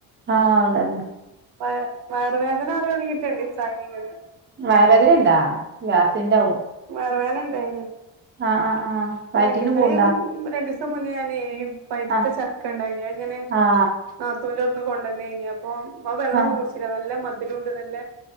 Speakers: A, on the right; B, on the right.
A: ആഹ് അവൻതന്നെ.
B: വയ വയറുവേദന പറഞ്ഞു തുങ്ങിയിട്ടുണ്ട് സൈനികന്.
A: വയറുവേദനഉണ്ടോ? ഗ്യാസിന്റെ ആവും.
B: വയറുവേദന ഉണ്ടായിനി
A: ആഹ് ആഹ് ആഹ്
B: പ്പ
A: വയറ്റീന്ന്
B: രണ്ട് ദിവസായും
A: പോവ്ണ്ടാ
B: രണ്ടു ദിവസം മുന്നേ ഞാനേ ഈ പഴുത്ത
A: ആഹ്
B: ചക്ക ഉണ്ടായിനി അതിങ്ങനെ
A: ആഹ്
B: നാത്തൂൻ്റെ പെണ്ണും കൊണ്ടന്നയിനി അപ്പോ അത് വെള്ളൊന്നും
A: ആഹ്
B: കുടിച്ചില്ല നല്ല മധുരം ഉണ്ട് നല്ല